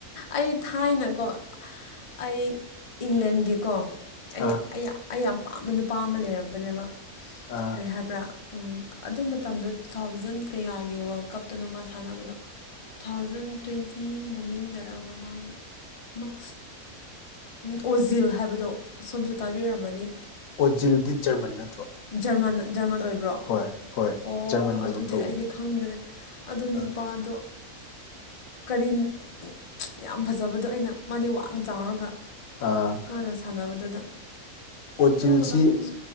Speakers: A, on the left; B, on the left.
A: ꯑꯩ ꯊꯥꯏꯅꯀꯣ ꯑꯩ ꯏꯪꯂꯦꯟꯒꯤꯀꯣ ꯑꯩ
B: ꯑꯥ
A: ꯑꯩ ꯑꯩ ꯌꯥꯝ ꯄꯥꯝꯕ ꯅꯨꯄꯥ ꯑꯃ ꯂꯩꯔꯝꯕꯅꯦꯕ꯫
B: ꯑ
A: ꯀꯔꯤ ꯍꯥꯏꯕ꯭ꯔꯥ ꯎꯝ ꯑꯗꯨ ꯃꯇꯝꯗꯣ ꯇꯨ ꯊꯥꯎꯖꯟ ꯀꯌꯥꯒꯤ ꯋꯥꯔꯜ ꯀꯞꯇꯅꯣ ꯃꯥ ꯁꯥꯟꯅꯕꯗꯣ꯫ ꯇꯨ ꯊꯥꯎꯖꯟ ꯇ꯭ꯋꯦꯟꯇꯤ ꯃꯅꯤꯡꯗꯔꯥ ꯃꯃꯥꯡꯗ ꯃꯁ ꯑꯣꯖꯤꯜ ꯍꯥꯏꯕꯗꯣ ꯑꯁꯣꯝꯁꯨ ꯇꯥꯕꯤꯔꯝꯃꯅꯤ
B: ꯑꯣꯖꯤꯜꯗꯤ ꯖꯔꯃꯟ ꯅꯠꯇ꯭ꯔꯣ
A: ꯖꯔꯃꯟ ꯖꯔꯃꯟ ꯑꯣꯏꯕ ꯭ꯕꯔꯣ
B: ꯍꯣꯏ ꯍꯣꯏ
A: ꯑꯣ
B: ꯖꯔꯃꯟ ꯑꯣꯏꯒꯨꯝ
A: ꯑꯗꯨꯗꯤ
B: ꯇꯧꯕꯅꯦ
A: ꯑꯩꯗꯤ ꯈꯪꯗ꯭ꯔꯦ ꯑꯗꯨ ꯅꯨꯄꯥꯗꯣ
B: ꯑ
A: ꯀꯔꯤ ꯎꯝ ꯌꯥꯝ ꯐꯖꯕꯗꯣ ꯑꯩꯅ ꯃꯥꯗꯤ ꯋꯥꯡꯅ ꯆꯥꯎꯔꯒ
B: ꯑꯥ
A: ꯃꯥꯅ ꯁꯥꯟꯅꯕꯗꯨꯗ꯫
B: ꯑꯣꯖꯤꯜꯁꯤ
A: ꯑꯗꯨ ꯈꯇꯪ